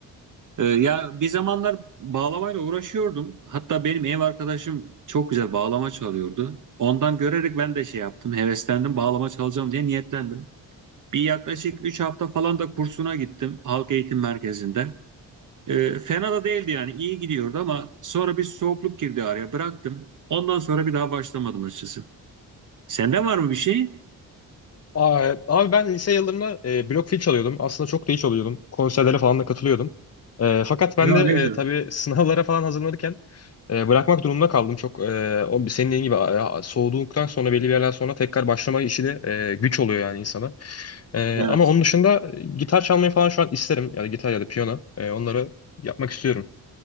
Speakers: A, on the right; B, on the left.
A: Ee, ya bir zamanlar bağlamayla uğraşıyordum. Hatta benim ev arkadaşım çok güzel bağlama çalıyordu. Ondan görerek ben de şey yaptım, heveslendim, bağlama çalacağım diye niyetlendim. Bir yaklaşık 3 hafta falan da kursuna gittim halk eğitim merkezinde. E, fena da değildi yani iyi gidiyordu ama sonra bir soğukluk girdi araya bıraktım. Ondan sonra bir daha başlamadım açıkçası. Sende var mı bir şey?
B: Aa, evet. Abi ben lise yıllarında e, blok fil çalıyordum. Aslında çok da iyi çalıyordum. Konserlere falan da katılıyordum. E, fakat ben
A: Ya
B: de e,
A: ne güzel.
B: tabii <laughs> sınavlara falan hazırlanırken e, bırakmak durumunda kaldım. Çok e, o senin dediğin gibi a- soğuduktan sonra belli bir yerden sonra tekrar başlama işi de e, güç oluyor yani insana. E,
A: Evet.
B: ama onun dışında e, gitar çalmayı falan şu an isterim. Yani gitar ya da piyano. E, onları yapmak istiyorum.